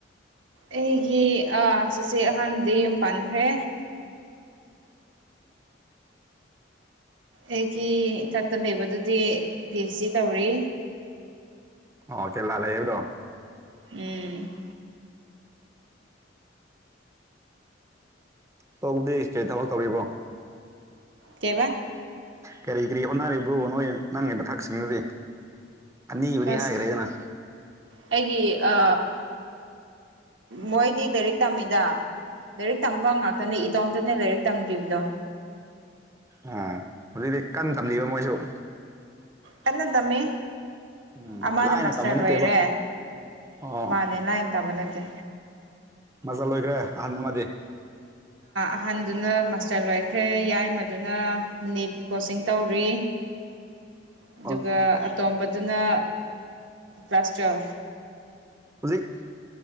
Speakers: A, on the right; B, on the right.
A: ꯑꯩꯒꯤ ꯑ ꯆꯦꯆꯦ ꯑꯍꯟꯗꯤ ꯌꯨꯝ ꯄꯥꯟꯈ꯭ꯔꯦ ꯑꯩꯒꯤ ꯏꯊꯛꯇ ꯂꯩꯕꯗꯨꯗꯤ ꯄꯤ ꯑꯩꯁ ꯗꯤ ꯇꯧꯔꯤ
B: ꯑꯣ ꯀꯦꯂꯥ ꯂꯩꯌꯦꯕꯗꯣ
A: ꯎꯝ
B: ꯇꯣꯛꯗꯤ ꯀꯩ ꯊꯕꯛ ꯇꯧꯔꯤꯕꯣ
A: ꯀꯩꯕꯥ
B: ꯀꯔꯤ ꯀꯔꯤ ꯍꯣꯠꯅꯔꯤꯕ꯭ꯔꯣ ꯅꯣꯏ ꯅꯪꯒꯤ ꯃꯊꯛꯁꯤꯡꯗꯨꯗꯤ ꯑꯅꯤꯕꯨꯗꯤ
A: ꯑꯁ
B: ꯍꯥꯏꯒ꯭ꯔꯦꯗꯅ
A: ꯑꯩꯒꯤ ꯑ ꯃꯣꯏꯗꯤ ꯂꯥꯏꯔꯤꯛ ꯇꯝꯃꯤꯗ ꯂꯥꯏꯔꯤꯛ ꯇꯝꯕ ꯉꯥꯛꯇꯅꯦ ꯏꯇꯣꯝꯇꯅꯦ ꯂꯥꯏꯔꯤꯛ ꯇꯝꯗ꯭ꯔꯤꯕꯗꯣ
B: ꯑꯣ ꯍꯧꯖꯤꯛꯇꯤ ꯀꯟꯅ ꯇꯝꯂꯤꯕ ꯃꯣꯏꯁꯨ
A: ꯀꯟꯅ ꯇꯝꯃꯤ
B: ꯎꯝ
A: ꯑꯃꯅ
B: ꯂꯥꯏꯅ
A: ꯃꯥꯁꯇꯔ
B: ꯇꯝꯕ ꯅꯠꯇꯦꯕ
A: ꯂꯣꯏꯔꯦ
B: ꯑꯣ
A: ꯃꯥꯅꯦ ꯂꯥꯏꯟ ꯇꯥꯕ ꯅꯠꯇꯦ
B: ꯃꯆꯥꯥ ꯂꯣꯏꯈ꯭ꯔꯦ ꯑꯍꯟ ꯑꯃꯗꯤ
A: ꯑꯍꯟꯗꯨꯅ ꯃꯥꯁꯇꯔ ꯂꯣꯏꯈ꯭ꯔꯦ ꯌꯥꯏꯃꯗꯨꯅ ꯅꯤꯠ ꯀꯣꯆꯤꯡ ꯇꯧꯔꯤ ꯑꯗꯨꯒ
B: ꯑꯣ
A: ꯑꯇꯣꯝꯕꯗꯨꯅ ꯀ꯭ꯂꯥꯁ ꯇ꯭ꯋꯦꯜꯄ
B: ꯍꯧꯖꯤꯛ